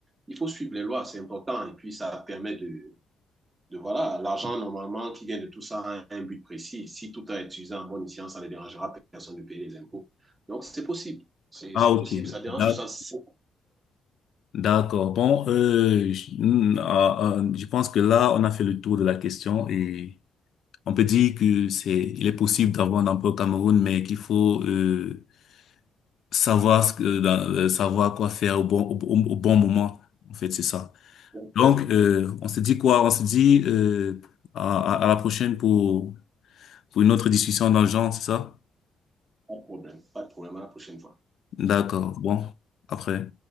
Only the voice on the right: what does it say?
il faut suivre les lois, c'est important, et puis ça permet de de voilà, l'argent normalement qui vient de tout ça a un but précis. Si tout a été utilisé en bonne science, ça ne dérangera personne de payer les impôts. Donc c'est possible, c'est
possible, ça dérange,
ça, c'est
pas
de problème, pas de problème à la prochaine fois.